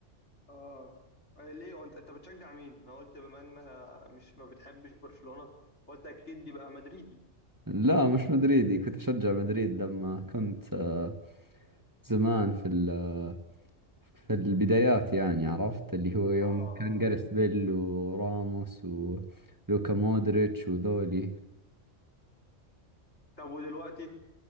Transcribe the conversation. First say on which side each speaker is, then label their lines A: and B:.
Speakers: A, on the left; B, on the right.
A: اه آه، ليه وانت انت بتشجع مين انا قلت بما انها مش ما بتحبش برشلونة قلت اكيد يبقى مدريدي
B: لا مش مدريدي كنت أشجع مدريد لما كنت آه، زمان في ال... آه، في البدايات يعني عرفت اللي هو يوم
A: اه
B: كان
A: اه
B: جاريث بيل وراموس ولوكا مودريتش وذولي
A: طب ودلوقتي